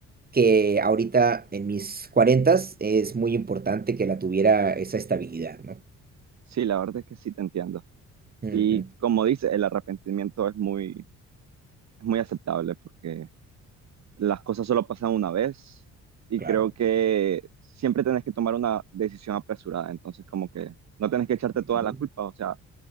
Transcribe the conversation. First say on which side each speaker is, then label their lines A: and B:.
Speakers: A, on the right; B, on the right.
A: que ahorita en mis cuarentas es muy importante que la tuviera esa estabilidad, ¿no?
B: Sí, la verdad es que sí te entiendo.
A: Ujú,
B: Y como dice, el arrepentimiento es muy, es muy aceptable porque las cosas solo pasan una vez y
A: claro.
B: creo que siempre tenés que tomar una decisión apresurada. Entonces, como que no tenés que echarte toda
A: Ujú.
B: la culpa. O sea,